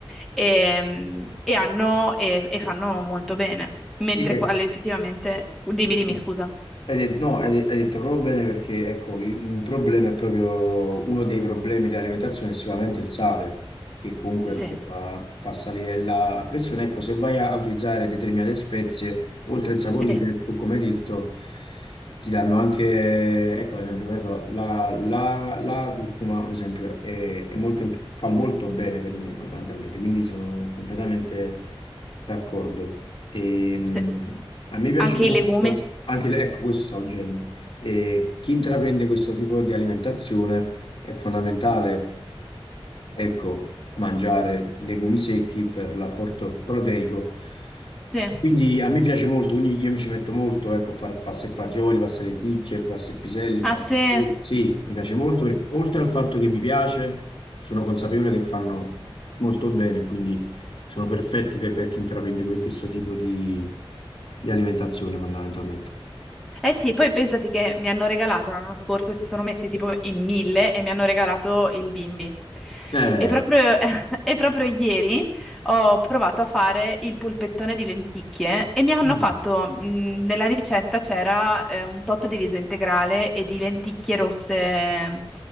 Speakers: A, in the centre; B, on the left (about 60°).
A: e, e hanno- e e fanno molto bene. Mentre
B: Sì, eh,
A: quale effettivamente, dimmi, dimmi,
B: mm.
A: scusa.
B: Hai de- no, hai, de- hai detto proprio bene perché ecco, il- un problema è proprio uno dei problemi dell'alimentazione è sicuramente il sale, che comunque
A: Sì,
B: ecco, fa, fa salire la pressione. Ecco, se vai a utilizzare determinate spezie, oltre a insaporire,
A: sì,
B: ecco, come hai detto, ti danno anche, ecco, ad esempio, che ne so, la, la- la curcuma, ad esempio, è, è molto imp- fa molto bene per noi fondamentalmente, quindi sono completamente d'accordo. E,
A: sì.
B: a me piace
A: Anche
B: molto,
A: i legumi.
B: anche le- ecco questo stavo dicendo, e chi intraprende questo tipo di alimentazione è fondamentale ecco, mangiare legumi secchi per l'apporto proteico.
A: Sì.
B: E Quindi a me piace molto, quindi io mi ci metto molto, ecco, a fare pasta e fagioli, pasta e lenticchie, pasta e piselli,
A: Ah,
B: pasta
A: sì.
B: e
A: Eh
B: sughi. Sì, mi piace molto, perché, oltre al fatto che mi piace, sono consapevole che fanno molto bene, quindi sono perfetti per, per chi intraprende que- questo tipo di, di alimentazione fondamentalmente.
A: sì, poi pensati che mi hanno regalato l'anno scorso, si sono messi tipo in mille e mi hanno regalato il bimbi.
B: Eh,
A: E proprio, <laughs> e proprio ieri ho provato a fare il polpettone di lenticchie e mi hanno
B: mm,
A: fatto, mh, nella ricetta c'era eh, un tot di riso integrale e di lenticchie rosse,